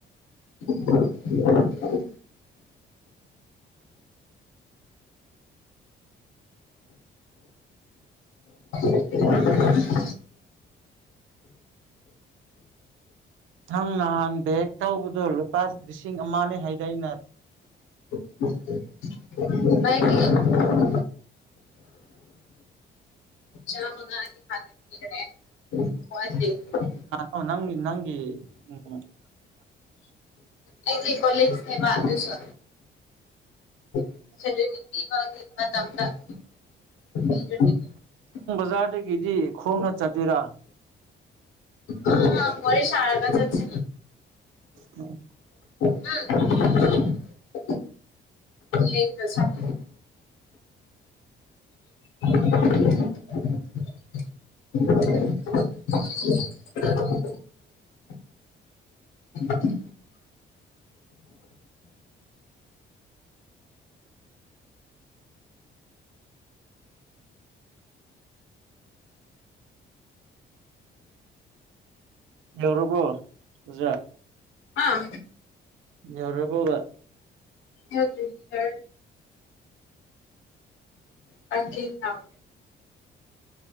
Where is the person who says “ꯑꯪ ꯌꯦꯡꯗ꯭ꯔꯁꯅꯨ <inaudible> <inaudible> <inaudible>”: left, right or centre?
Left